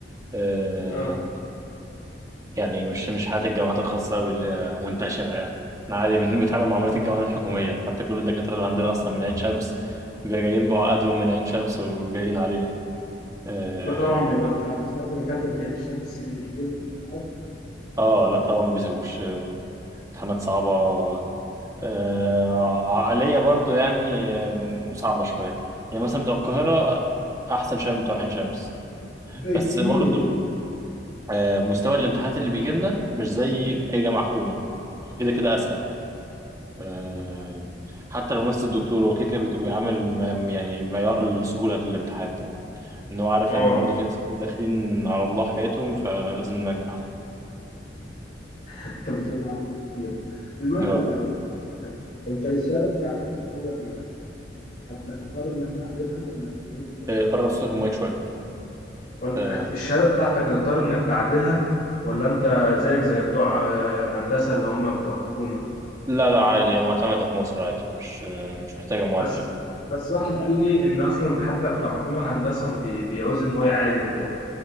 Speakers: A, on the right (about 20°); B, on the left (about 50°).
A: أه
B: اه
A: يعني مش مش حياة الجامعات الخاصة أوي اللي هي منتشرة يعني احنا عادي بن- بنتعامل مع معاملات الجامعات الحكومية حتى كل الدكاترة اللي عندنا أصلا من عين شمس بيبقوا جايين بعقدهم من عين شمس وجايين علينا اه
B: ده طبعا بيبقى بتاع انا سمعت دكاتره عين شمس بيشدوا في حد
A: آه، لا طبعا ما بيسيبوش آه، امتحانات صعبة آه، عقلية برضو يعني آم، صعبة شوية يعني مثلا بتوع القاهرة أحسن شوية من بتوع عين شمس بس
B: كتير
A: برضو آه، مستوى الامتحانات اللي بيجي لنا مش زي أي جامعة حكومة هو كده كده أسهل آه، حتى لو نفس الدكتور هو كده كده بيك- بيعمل م- يعني معيار السهولة في الامتحان طبعا إن هو عارف
B: اه
A: إن برضو في ناس كتير داخلين على الله حكايتهم فلازم ننجحهم
B: انت بتقول معلومات كتيره المهم
A: آه،
B: طيب <laughs> انت الشهاده بتاعتك يعتبر آه، هت- هتضطر انك تعدلها ولا زيك زي
A: آه،
B: بتوع
A: قرب صوتك من المايك شوية
B: ولا
A: آه،
B: هت- الشهاده بتاعتك هتضطر انك تعدلها ولا انت زيك زي بتوع آه، هندسه اللي هم بتوع حكومه
A: لا لا عادي هي معتمدة في مصر عادي مش آه، مش محتاجة معادلة
B: بس بس واحد قال لي ان اصلا حتى بتاع حكومه الهندسه ما بي- بيعوز ان هو يعادل برضه